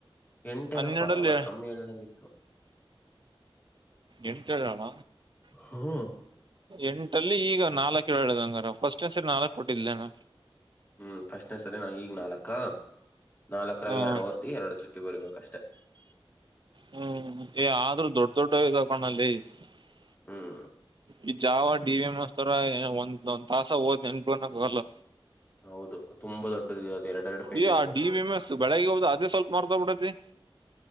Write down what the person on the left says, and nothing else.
ಎಂಟೇನಪ್ಪಾ
ಅವತ್ ಕಮ್ಮಿ ಹೇಳ್ದಂಗಿತ್ತು.
ಹ್ಮ
ಹ್ಮ್ ಫಸ್ಟ್ನೆ ಸರಿ ನಾ ಈಗ್ ನಾಲ್ಕಾ ನಾಲ್ಕರಾಗ
ಎರಡು ಓದ್ದಿ ಎರಡು ಚುಟ್ಟಿ ಬರಿಬೇಕಷ್ಟೆ.
ಹ್ಮ್
ಹೌದು ತುಂಬಾ ದೊಡ್ಡದು ಅದು ಎರಡ್ ಎರಡು ಪೇಜ್
ಇದೆ